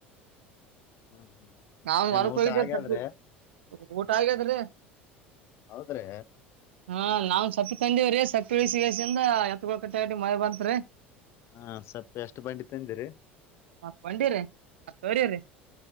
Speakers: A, on the left; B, on the right.
A: ಹ್ಮ್ ಹ್ಮ್
B: ಅವನ್
A: ಏನ್
B: ವರಕ್
A: ಊಟ
B: ಹೋಗಿದ್ದೇ
A: ಆಗ್ಯಾದ್ರಿ
B: ಸದ್ದ ಊಟ ಆಗದರಿ.
A: ಹೌದ್ರೆ
B: ಹಾ ನಾವ್ ಸಪ್ಪಿ ತಂದಿವವ್ರೀ ಸಪ್ಪಿ ಉಳಿಸಿಸಿಂದ ಎತ್ ಗೋಳ್ ಕಟ್ಟಗಟ್ಟ ಮಳೆ ಬಂತತ್ರಿ.
A: ಹಾ ಸ್ವಲ್ಪ ಎಷ್ಟು ಪಾಯಿಂಟ್ ಇತ್ತುಂದಿರಿ.
B: ಹಾಕೊಂಡಿರಿ ಹ ತೋರಿರಿ.